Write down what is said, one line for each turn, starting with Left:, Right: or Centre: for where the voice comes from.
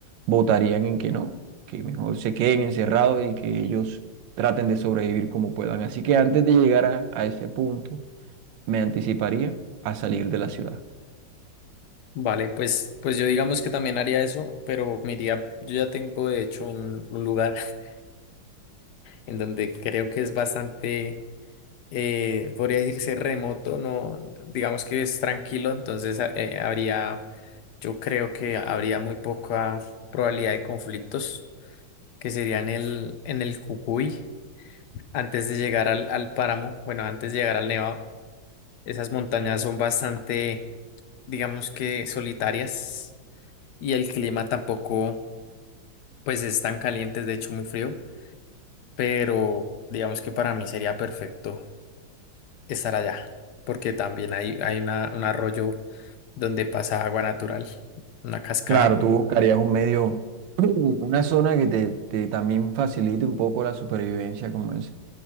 Right: votarían en que no, que mejor se queden encerrados y que ellos traten de sobrevivir como puedan. Así que antes de llegar a, a ese punto, me anticiparía a salir de la ciudad.
Left: Vale, pues, pues yo digamos que también haría eso, pero me iría, yo ya tengo de hecho un, un lugar <laughs> en donde creo que es bastante. eh, podría decirse remoto, no, digamos que es tranquilo, entonces a- eh, habría, yo creo que habría muy poca probabilidad de conflictos que serían el, en el Cucuy, antes de llegar al, al páramo, bueno, antes de llegar al Nevado. Esas montañas son bastante, digamos que solitarias y el clima tampoco, pues es tan caliente, es de hecho muy frío, pero digamos que para mí sería perfecto estar allá porque también hay, hay una- un arroyo donde pasa agua natural, una cascada.
Right: Claro, tú buscarías un medio, <clears throat> una zona que te, te también facilite un poco la supervivencia, como es